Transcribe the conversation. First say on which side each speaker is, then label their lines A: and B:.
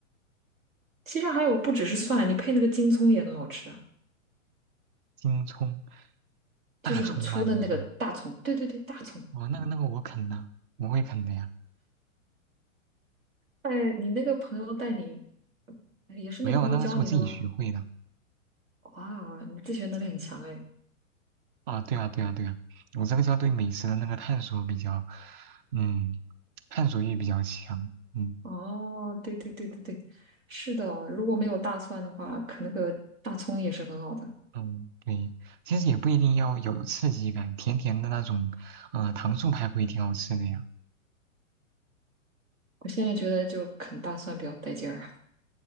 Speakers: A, on the right; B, on the right.
A: 其实还有不只是蒜，你配那个京葱也很好吃啊，
B: 京葱、
A: 就是很粗的那个大葱。
B: 大葱吗？你是说？
A: 对对对，大葱。
B: 哦，那个那个我啃呐，我会啃的呀。
A: 哎，你那个朋友带你，哎也是那朋友教你的吗？
B: 没有，那个是我自己学会的。
A: 哇，你自学能力很强哎。
B: 啊，对啊，对啊，对啊，我这个叫对美食的那个探索比较，嗯，探索欲比较强，嗯。
A: 哦，对对对对对，是的哦，如果没有大蒜的话，啃那个大葱也是很好的。
B: 嗯，对，其实也不一定要有刺激感，甜甜的那种，呃，糖醋排骨也挺好吃的呀。
A: 我现在觉得就啃大蒜比较带劲儿，